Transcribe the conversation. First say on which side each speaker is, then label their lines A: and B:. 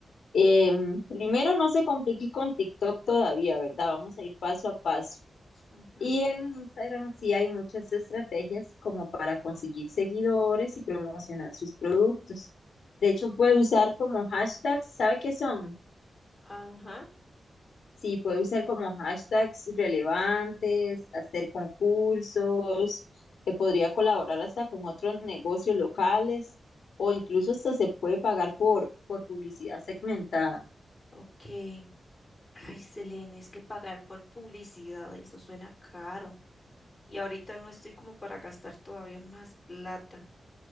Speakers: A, on the left; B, on the left.
A: Eh, primero, no se complique con TikTok todavía, ¿verdad? Vamos a ir paso a paso.
B: Ujú.
A: Y en Instagram sí hay muchas estrategias como para conseguir seguidores y promocionar sus productos. De hecho, puede usar como hashtags, ¿sabe qué son?
B: Ajá,
A: Sí, puede usar como hashtags relevantes, hacer concursos, que podría colaborar hasta con otros negocios locales o incluso hasta se puede pagar por, por publicidad segmentada.
B: ok. Ay, Selene, es que pagar por publicidad, eso suena caro. Y ahorita no estoy como para gastar todavía más plata.